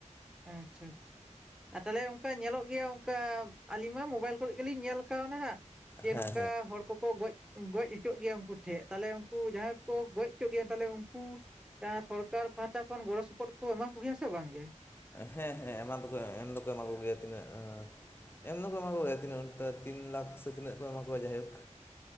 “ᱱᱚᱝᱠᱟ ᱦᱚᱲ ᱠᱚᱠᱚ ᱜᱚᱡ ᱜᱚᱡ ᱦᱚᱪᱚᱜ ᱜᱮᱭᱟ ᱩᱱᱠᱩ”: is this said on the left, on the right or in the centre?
Centre